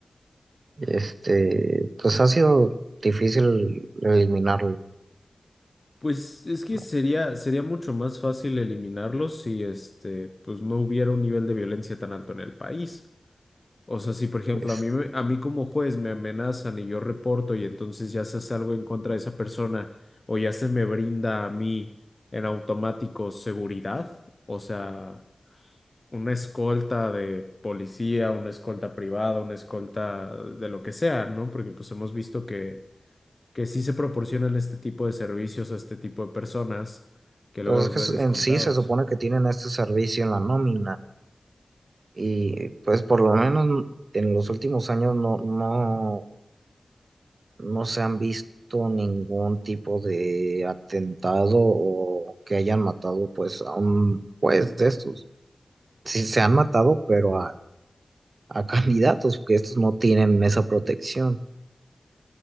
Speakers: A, on the right (about 65°); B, on the left (about 35°).
A: Este, pues ha sido difícil eliminarlo,
B: Pues es que
A: ¿no?
B: sería, sería mucho más fácil eliminarlos si este, pues no hubiera un nivel de violencia tan alto en el país. O sea, si por ejemplo
A: Pues,
B: a mí, me- a mí como juez me amenazan y yo reporto y entonces ya se hace algo en contra de esa persona o ya se me brinda a mí en automático seguridad, o sea, una escolta de policía, una escolta privada, una escolta de lo que sea, ¿no? Porque pues hemos visto que, que sí se proporcionan este tipo de servicios a este tipo de personas que luego
A: pues
B: los
A: es que
B: ves
A: su-
B: escoltados.
A: en sí se supone que tienen este servicio en la nómina y pues por lo menos en los últimos años no, no, no se han visto ningún tipo de atentado o que hayan matado pues a un juez de estos. Sí se han matado, pero a, a <laughs> candidatos, que estos no tienen esa protección.